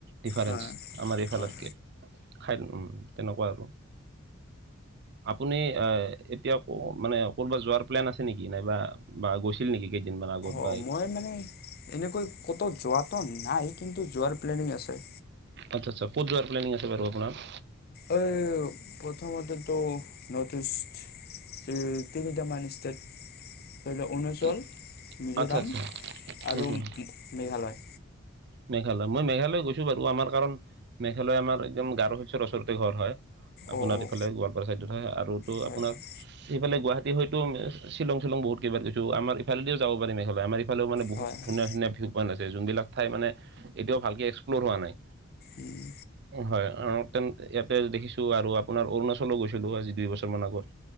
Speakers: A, on the right; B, on the left.
A: ডিফাৰেন্ঞ্চ।
B: হয়
A: আমাৰ এইফালতকে
B: হয়
A: খাই উম তেনকুৱা আৰু। আপুনি এ এতিয়া ক মানে ক'ৰবাত যোৱাৰ প্লেন আছে নেকি? নাইবা বা গৈছিল নেকি কেইদিনমান আগত?
B: অঁ
A: বা
B: মই মানে এনেকৈ ক'তো যোৱাটো নাই, কিন্তু যোৱাৰ প্লেনিং আছে।
A: আচ্ছা আ্চ্ছা, ক'ত যোৱাৰ প্লেনিং আছে বাৰু আপোনাৰ?
B: ঐ প্ৰথমতেতো নৰ্থইষ্ট উম তিনিটামান ষ্টেট, ধৰি ল অৰুণাচল
A: কি
B: মিজোৰাম
A: আচ্ছা আচ্ছা
B: আৰু
A: হুম হুম
B: মেঘালয়।
A: মেঘালয় মই মেঘালয় গৈছো বাৰু, আমাৰ কাৰণ মেঘালয় আমাৰ একদম গাৰো হিলচৰ ওচৰতে ঘৰ হয়। আপোনাৰ
B: অঁ অঁ
A: এইফালে গোৱালপাৰা ছাইডত হয়, আৰু তো
B: হয়
A: আপোনাৰ
B: হয়
A: সেইফালে গুৱাহাটী হয়তো শ্বিলং শ্বিলং বহুত কেইবাৰ গৈছো, আমাৰ ইফালেদিও যাব পাৰি মেঘালয় আমাৰ এই ফালেও মানে বহুত
B: হয় হয়
A: ধুনীয়া ধুনীয়া ভিউ পইণ্ট আছে যোনবিলাক ঠাই মানে এতিয়াও ভালকে এক্সপ্লৰ হোৱা নাই।
B: উম
A: অ হয় তেন ইয়াতে দেখিছো আৰু আপোনাৰ অৰুণাচলো গৈছিলো আজি দুই বছৰ মান আগত,